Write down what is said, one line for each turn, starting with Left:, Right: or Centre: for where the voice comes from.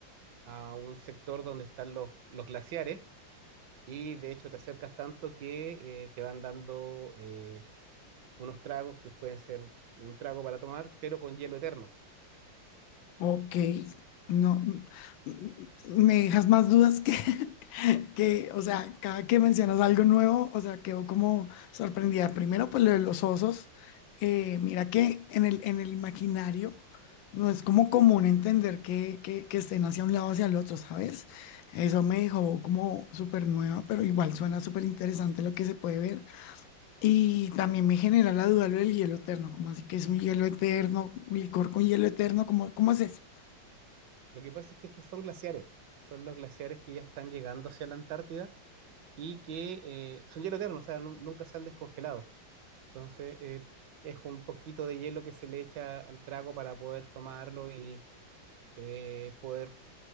Right: a un sector donde están los, los glaciares y de hecho te acercas tanto que eh, te van dando eh, unos tragos que pueden ser un trago para tomar, pero con hielo eterno.
Left: Ok, no, mm, mm, me dejas más dudas que, <laughs> que, o sea, cada que mencionas algo nuevo, o sea, quedo como sorprendida. Primero, pues lo de los osos, eh, mira que en el, en el imaginario no es como común entender que, que, que estén hacia un lado o hacia el otro, ¿sabes? Eso me dejó como súper nueva, pero igual suena súper interesante lo que se puede ver. Y también me genera la duda lo del hielo eterno, como así que es un hielo eterno, licor con hielo eterno, ¿cómo, cómo es eso?
Right: Lo que pasa es que estos son glaciares, son los glaciares que ya están llegando hacia la Antártida y que eh, son hielo eterno, o sea, nu- nunca se han descongelado. Entonces, eh, es un poquito de hielo que se le echa al trago para poder tomarlo y eh, poder